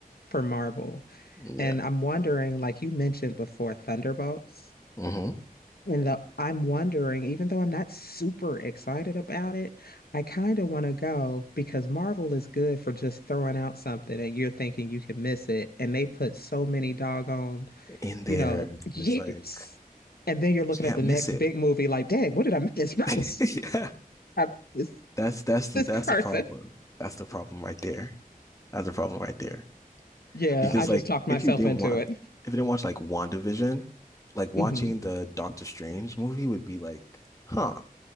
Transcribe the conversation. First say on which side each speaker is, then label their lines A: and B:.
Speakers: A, on the left (about 85°); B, on the left (about 20°).
A: for Marvel,
B: yeah.
A: and I'm wondering, like you mentioned before, Thunderbolts.
B: Mm-hmm.
A: And the, I'm wondering, even though I'm not super excited about it, I kind of want to go because Marvel is good for just throwing out something and you're thinking you can miss it. And they put so many doggone,
B: In
A: you
B: there,
A: know,
B: and
A: <laughs> yes.
B: it's like
A: And then you're looking
B: yeah,
A: at the
B: miss
A: next
B: it.
A: big movie like, dang, what did I miss?
B: <laughs> yeah,
A: <laughs> I missed this
B: that's that's the
A: this
B: that's
A: person.
B: the problem. That's the problem right there. That's the problem right there.
A: Yeah,
B: Because
A: I just
B: like,
A: talked myself
B: if you didn't
A: into
B: want,
A: it.
B: if you didn't watch like WandaVision, like watching
A: hmm
B: the Doctor Strange movie would be like, huh,